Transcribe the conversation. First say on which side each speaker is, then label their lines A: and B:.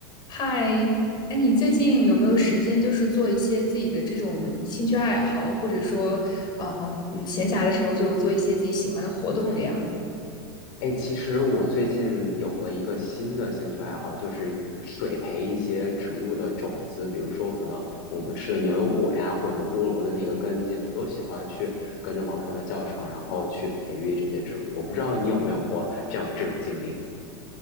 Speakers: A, on the left; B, on the left.
A: 嗨，哎，你最近有没有时间，就是做一些自己的这种兴趣爱好，或者说，呃，嗯，闲暇的时候就做一些自己喜欢的活动这样？
B: 哎，其实我最近有了一个新的兴趣爱好，就是水培一些植物的种子，比如说可能我们吃的牛油果呀，或者菠萝的那个根茎，我都喜欢去跟着网上的教程，然后去培育这些植物。我不知道你有没有过这样这种经历